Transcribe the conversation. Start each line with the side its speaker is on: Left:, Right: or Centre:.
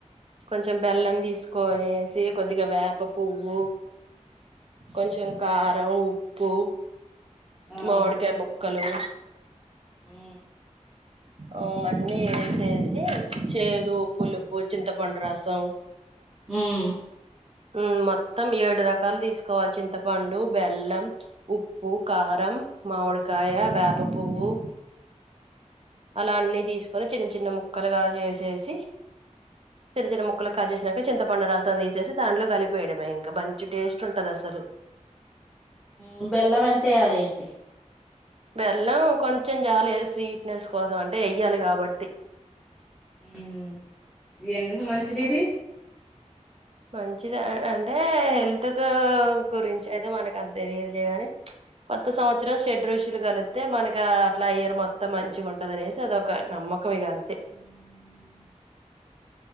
Right: కొంచెం బెల్లం తీసుకొనేసి కొద్దిగా వేప పువ్వు కొంచం కారం ఉప్పు
Centre: ఆ
Right: మావిడికాయ ముక్కలు
Centre: ఉమ్
Right: అ అన్నీ ఏసేసి చేదు పులుపు చింతపండు రసం
Centre: మ్
Right: మ్ మొత్తం ఏడు రకాలు తీసుకోవాలి చింతపండు బెల్లం ఉప్పు కార రం మామిడికాయ వేప పువ్వు అలా అన్నీ తీసుకొని చిన్న చిన్న ముక్కలుగా చేసేసి చిన్న చిన్న ముక్కలు కట్ చేసినాక చింతపండు రసం తీసేసి దాంట్లో కలిపేయడమే ఇంకా మంచి టేస్ట్ ఉంటది అసలు
Centre: మ్ బెల్లం ఏంతేయాలి ఏంటి
Right: బెల్లం కొంచెం చాలే స్వీట్నెస్ కోసం అంటే ఎయ్యాలి కాబట్టి
Centre: ఉమ్ ఎందుకు మంచిది ఇది
Right: మంచిది అ అంటే హెల్త్ కు గురించి అయితే మనకు అంత తెలియదులే గాని కొత్త సంవత్సరం షెడ్ రషులు కలిస్తే మనక అట్లా ఇయర్ మొత్తం మంచిగా ఉంటది అనేసి అదొక నమ్మ కం ఇగ అంతే
Centre: ఉమ్